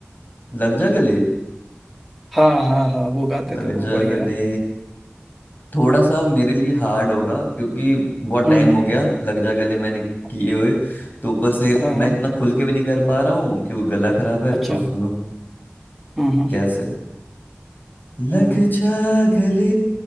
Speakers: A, on the left; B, in the centre.
A: लग जा गले
B: हाँ हाँ हाँ वो गाते
A: लग
B: थे वो
A: जा
B: बढ़िया
A: गले
B: है
A: थोड़ा सा मेरे लिए हार्ड होगा क्योंकि बहुत
B: हम्म
A: टाइम हो गया लग जा गले मैंने
B: हम्म,
A: किए हुए तो ऊपर से
B: हाँ
A: मैं
B: हाँ
A: इतना खुल के भी नहीं कर पा रहा हूँ क्योंकि गला खराब है
B: अच्छा
A: तो सुनो
B: हम्म हम्म
A: कैसे लग
B: हम्म हम्म।
A: जा गले